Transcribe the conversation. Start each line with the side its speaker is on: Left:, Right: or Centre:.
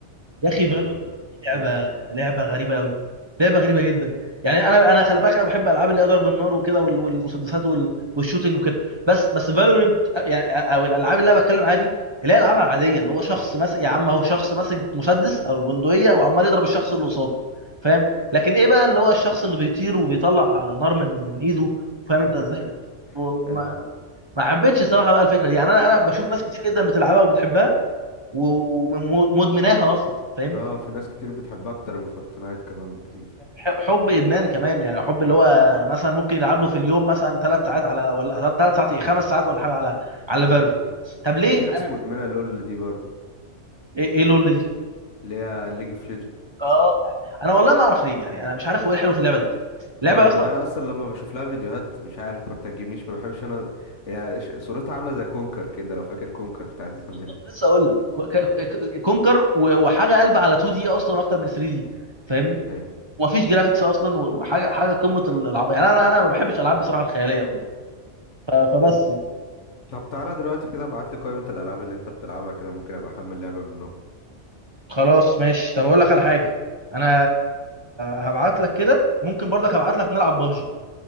Right: يا اخي
Left: أه
Right: فالورنت دي لعبه
Left: بس
Right: لعبه غريبه قوي لعبه غريبه جدا يعني انا انا خلي بالك انا بحب العاب اللي هي ضرب النار وكده وال- والمسدسات وال- والشوتينج وكده بس بس فالورنت يعني او الالعاب اللي انا بتكلم عادي اللي هي الالعاب العاديه اللي هو شخص ماسك يا عم هو شخص ماسك مسدس او البندقيه وعمال يضرب الشخص اللي قصاده فاهم لكن ايه بقى اللي هو الشخص اللي بيطير وبيطلع نار من من ايده فاهم انت ازاي
Left: <laughs>
Right: وما
Left: ايوه
Right: ما حبيتش الصراحه بقى الفكره دي يعني انا انا بشوف ناس كتير جدا بتلعبها وبتحبها ومدمناها اصلا فاهم
Left: اه في ناس كتير بتحبها اكتر من فورتنايت كمان بكتير
Right: ح- حب ادمان كمان يعني حب اللي هو مثلا ممكن يلعب له في اليوم مثلا ثلاث ساعات على ولا ثلاث ساعات ايه خمس ساعات ولا حاجه على على
Left: ايوه
Right: فالو طب ليه
Left: وفي ناس
Right: انا
Left: مدمنة لول دي برضو
Right: ايه ايه لول دي
Left: اللي هي ليج اوف ليجندز
Right: اه انا والله ما اعرف ليه يعني انا مش عارف هو ايه الحلو في اللعبه دي اللعبه
Left: اه
Right: يا
Left: يعني
Right: اسطى
Left: انا اصلا لما بشوف لها فيديوهات مش عارف ما بتعجبنيش ما بحبش انا هي ش- صورتها عاملة زي كونكر كده لو فاكر كونكر بتاعت زمان
Right: بالظبط لسه اقول لك ك- ك- كونكر و- وحاجه قلب على 2 دي اصلا اكتر من 3 دي فاهمني
Left: ايوه
Right: ومفيش جرافيكس اصلا وحاجه حاجه قمه العبط يعني انا انا ما بحبش العاب بصراحه الخياليه وكده ف- فبس
Left: طب
Right: يعني
Left: طب تعالى دلوقتي كده ابعت لي قائمة الالعاب اللي انت بتلعبها كده ممكن ابقى احمل لعبة منهم
Right: خلاص ماشي طب اقول لك على حاجه انا هبعت لك كده ممكن برضك هبعت لك نلعب ببجي